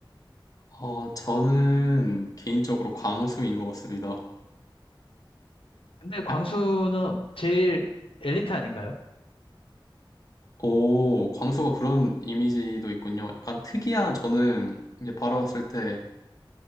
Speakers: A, on the left; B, on the left.
A: 어, 저는 개인적으로 광수인 것 같습니다.
B: 근데 광수는
A: 약-
B: 제일 엘리트 아닌가요?
A: 오, 광수가 그런 이미지도 있군요. 약간 특이한 저는 이제 바라봤을 때